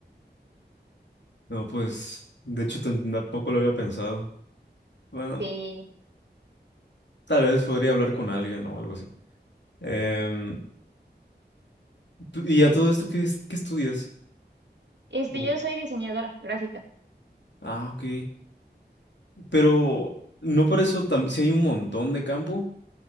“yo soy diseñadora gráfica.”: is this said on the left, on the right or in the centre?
Right